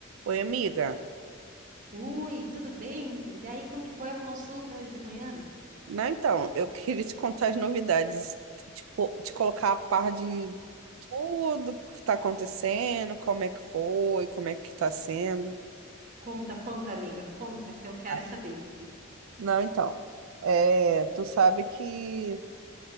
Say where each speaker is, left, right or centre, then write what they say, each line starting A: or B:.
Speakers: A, on the right; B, on the right.
A: Oi, amiga.
B: Ui, tudo bem? Daí como que foi a consulta hoje de manhã?
A: Não, então, eu <laughs> queria te contar as novidades, te, po- te colocar a par de tudo que está acontecendo, como é que foi, como é que está sendo.
B: Conta, conta, amiga, conta que eu quero
A: Ah,
B: saber.
A: Não, então, é, tu sabe que